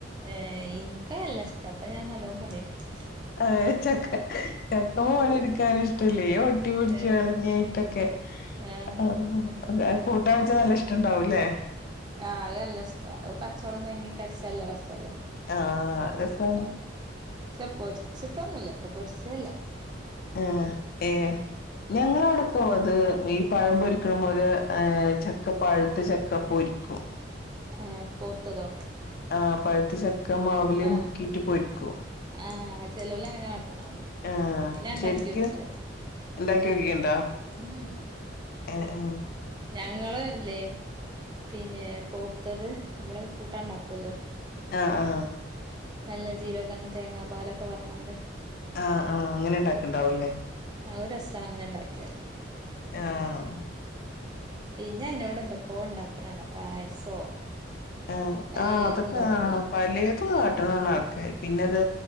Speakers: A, on the right; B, on the left.
A: ഏഹ് ഇൻക്ക് നല്ല ഇഷ്ടാ അപ്പൊ ഞാൻ പണി എടുക്കും
B: അ ചക്ക ചക്കവും പണ എടുക്കാ <unintelligible> റ് ഇഷ ഒട്ടിപൊടിച്ചു
A: ഏഹ്
B: കളങ്ങായിട്ടൊക്കെ
A: ആഹ്
B: ആ അ കൂട്ടൻ വെച്ചാ നല്ല ഇഷ്ട ഉണ്ടാവൂല്ലേ
A: ആല്ല പച്ചവളംുംാങ്ങി കരച്ചാലല്ല റസം <unintelligible> അല്ലേ
B: ആഹ രസമാണ്
A: പക്ഷെ പൊരിച്ചിട്ടൊന്നുമല്ല പൊരിച്ചല്ല
B: ആഏ ഏ ഞങ്ങളവിടെക്കെ അത് ഈ പഴമ്പൊൊരിക്കണ്പോ ചക്ക പഴുത്ത ചക്കപ്പൊരിക്കും
A: ഹ പോത്തതോ
B: ആ പഴുത്ത ചക്ക ഒക്കെ മാവിലെ
A: ആഹ്
B: മുക്കിട്ട് പൊക്കും
A: ആഹ് ചെലോല് അങ്ങനെ കാട്ട്ണ കാണാ
B: ആഹ
A: അത് ഞാൻ ഇണ്ടാക്കിയോക്കില്ലട്ടോ
B: ശരിക്കും ഉണ്ടാക്കി വ <unintelligible>
A: ഉം
B: ആ ആ
A: ഞങ്ങള് ല്ലേ പിന്നെ പോത്തത് നമ്മള് കൂട്ടാണ്ടാക്കല്ലോ
B: ആങ്‌ഹ ആങ്‌ഹ
A: നല്ല ജീരകം തേങ്ങാ പാലൊക്കെ വറഞ്ഞണ്ട്
B: ആങ്‌ഹ ആങ്‌ഹ് അങ്ങനെ ഉണ്ടാക്കണ്ടാവുംല്ലേ
A: ആ ഒരു രസാ അങ്ങനെ എണ്ടാക്കിയാല്
B: ആങ്‌ഹാ
A: പിന്നെ അതിനോട് എന്തൊക്കോ ഉണ്ടാക്കണാണ് പായസോ
B: ആ
A: പലേതും
B: ആങ്‌ഹ അതൊക്കെ
A: ഉണ്ടാക്കുവല്ലോ
B: ആ പലേതും കാട്ടണാണ് ആൾകാർ പിന്നെത്